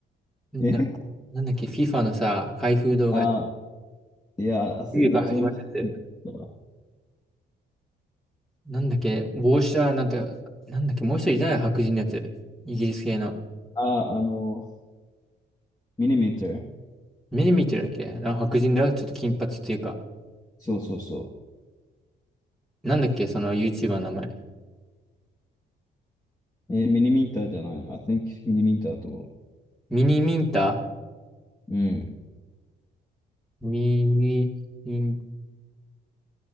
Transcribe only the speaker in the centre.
な、
なんだっけ、FIFA のさ、開封動画、
冬から始まるやつ。
なんだっけ、帽子はなんか、なんだっけ、もう一人いたよ、白人のやつ。イギリス系の。
目に見てるだっけな白人だよ、ちょっと金髪っていうか。
なんだっけ、その YouTuber の名前。
ミニミンタ
ミニミン、